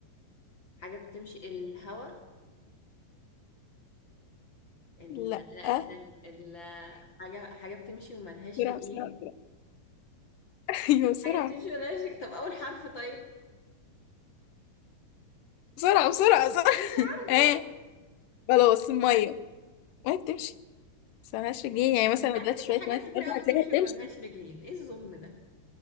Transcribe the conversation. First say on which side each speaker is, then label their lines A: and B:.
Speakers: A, on the left (about 35°); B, on the left (about 75°).
A: حاجة بتمشي الهوا ال...
B: لا
A: لا
B: ها
A: استني ال... حاجة حاجة بتمشي وملهاش
B: بسرعه
A: رجلين
B: بسرعه بسرعه <laughs> ايوه بسرعه
A: حاجة بتمشي وملهاش رجلين طب أول حرف طيب
B: بسرعه بسرعه بسرعه
A: مش عارفة
B: ها خلاص الميه الميه بتمشي بس ملهاش
A: أيوة
B: رجلين
A: صح
B: يعني
A: بس
B: مثلا لو
A: على
B: دلوقتي
A: فكرة في
B: شويه
A: حاجات
B: ميه في
A: كتير
B: الارض
A: أوي
B: هتلاقيها
A: بتمشي
B: بتمشي
A: وملهاش رجلين إيه الظلم ده